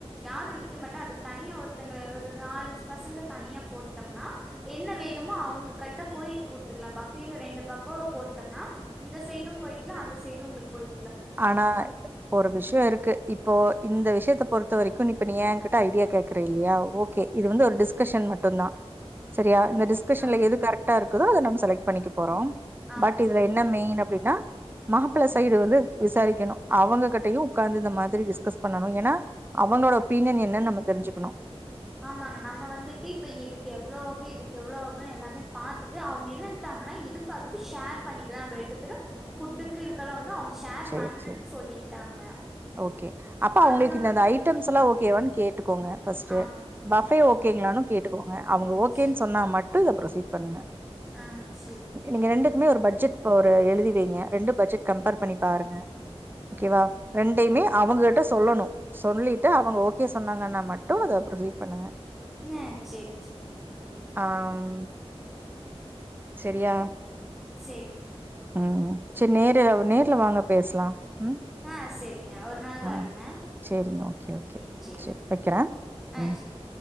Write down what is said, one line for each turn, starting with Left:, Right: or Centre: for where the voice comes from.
Centre: யாரு க்கெ மட்ட அதுக்கு தனியா ஒருத்தங்க ஒரு நாலஞ்சு பசங்ள தனியா போட்டம்னா என்ன வேணுமோ அவங்க கட்ட போய் குடுத்துக்கலாம் பஃபேல ரெண்டு பக்கோ போட்டம்னா இந்த சைடும் போய்கலாம் அந்த சைடு உங்களுக்கு போய்
Right: ஆனா ஒரு விஷயொ இருக்கு இ இப்போ இந்த விஷயத்த பொறுத்த வரைக்கு இப்ப நீ ஏன்கிட்ட ஐடியா கேக்குற இல்லையா ஓகே இது வந்து ஒரு டிஸ்கஷன் மட்டுந்தா சரியா இந்த டிஸ்கஷன்ல
Centre: ஆமாங்
Right: எது கரெக்டாருக் குதோ அத நம்ம செலெக்ட் பண்ணிக்க போறோம்
Centre: ஆமாங்
Right: பட் இதுல என்ன மெயின் அப் ப்டின்னா மாப்ள சைடு வந்து விசாரிக்கணு அவங்க கட்டையு உட்கார்ந்து இந்த மாதிரி டிஸ்கஸ் பண்ணணு ஏனா அவனோட ஒப்பீனியன் என்னன் நம்ம தெரிஞ்சுக்கணு
Centre: ஆமாங்க நம்ம வந்துட்டு இப்ப இதுக்கு எவ்ளோ ஆகு இதுக்கு எவ்ளோ ஆகுன்னு எல்லாமே பாத்துட்டு அவங்க என்னன்டாங்கனா இதுக்கு அதுக்கு ஷேர் பண்ணிக்கலா நம்ம ரெண்டு பேரு ஃபுட்டுக்கு இதுக்கெல்லாம் வந்து அவங் ஷேர்
Right: சேரி
Centre: பண்றன்
Right: சேரி
Centre: சொல்லிட்டாங்க
Right: ஓகே அப்ப அவங்களுக்
Centre: அதனால
Right: இந்தந்த ஐட்டம்ஸ்லா ஓகேவான் ட்டுக்கோங்க ஃபஸ்ட்டே
Centre: ஆமாங்க.
Right: பஃபே
Centre: ஆமா.
Right: ஓகேங்களானு கேட்டுக்கோங்க அவங்க ஓகேன்
Centre: சரி.
Right: சொன்னா மட் டு ப்ரொசீட் பண்ணுங்க
Centre: ஆ சரிங்க, சரி.
Right: நீங்க ரெண்டுக்குமே ஒரு பட்ஜெட் போரு எழுதி வைங்க ரெண்டு பட்ஜெட் கம்பேர் பண்ணி பாருங்க ஓகேவா ரெண்டையுமே அவங்க கிட்ட சொல்லணு சொல்லிட்டு அவங்க ஓகே சொன்னாங்கனா மட்டு அத ப்ரொசீட் பண்ணுங்க
Centre: ந சேரிங் சேரிங்
Right: ஆம் செரியா
Centre: சேரிங்க
Right: உம் செர் நேரு நேர்ல வாங்க பேஸ்லா ம்
Centre: ஆ செரிங்க ஒரு நாள்
Right: ஆ
Centre: வரங்க
Right: சரிங்க ஓகே ஓகே
Centre: ம் சேர்
Right: சரி வைக்கிறே
Centre: ஆ
Right: ம்
Centre: சேரி